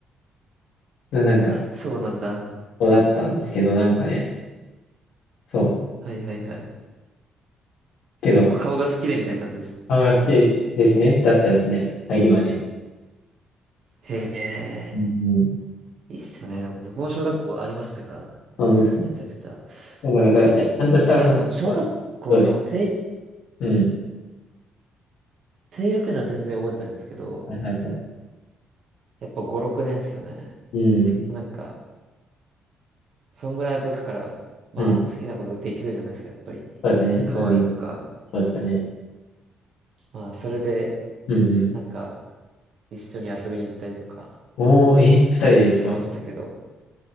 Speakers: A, on the left; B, on the right.
A: のなんか
B: そうなんだ。
A: 子だったんですけど、なんかね、そう、
B: はいはいはい。
A: けど、
B: 結構顔が好きでみたいな感じですか。
A: 顔が好きですね、だったですね、入りはね。
B: へえ、
A: うん、
B: いいっすよね。でも僕も小学校ありましたから。
A: なんですか。
B: めちゃくちゃ。
A: だから、
B: なんで、
A: だからちゃんとしたハスは、
B: いやでも小学校の低、
A: そうです。うん。
B: 低学年は全然覚えてないんですけど、
A: はいはいはい。
B: やっぱ5、6年っすよね。
A: うん。
B: なんか、そんぐらいの時から、まあ好きなことができるじゃないですか、
A: うん。そ
B: やっぱり。
A: うですね。
B: 可愛いとか。
A: うん。そうですよね。
B: まあそれで、
A: うんうん。
B: なんか、一緒に遊びに行ったりとか
A: おー、え、二人ですか
B: してましたけど、